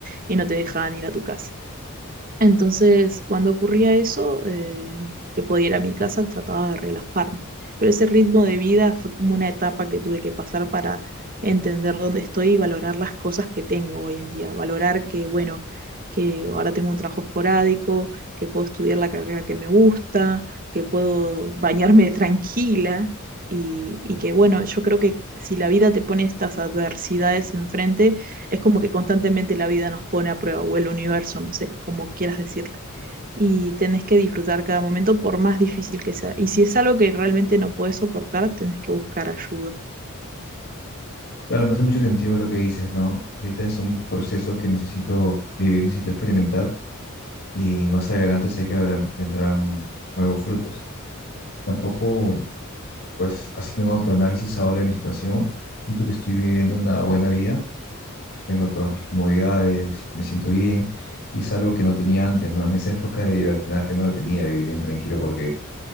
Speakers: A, on the right; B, on the left.
A: y no te dejaban ir a tu casa. Entonces, cuando ocurría eso, eh, que podía ir a mi casa, trataba de relajarme. Pero ese ritmo de vida fue como una etapa que tuve que pasar para entender dónde estoy y valorar las cosas que tengo hoy en día. Valorar que, bueno, que ahora tengo un trabajo esporádico, que puedo estudiar la carrera que me gusta, que puedo bañarme <laughs> tranquila y, y que, bueno, yo creo que si la vida te pone estas adversidades enfrente, es como que constantemente la vida nos pone a prueba, o el universo, no sé, como quieras decirlo Y tenés que disfrutar cada momento por más difícil que sea. Y si es algo que realmente no puedes soportar, tenés que buscar ayuda.
B: Claro, me hace mucho sentido lo que dices, ¿no? Ahorita es un proceso que necesito vivir, necesito experimentar y más adelante sé que habrá- vendrán nuevos frutos. Tampoco Pues haciendo un autoanálisis ahora de mi situación, siento que estoy viviendo una buena vida, tengo todas mis comodidades, me siento bien y es algo que no tenía antes, ¿no? En esa época de libertinaje no lo tenía, vivía bien tranquilo porque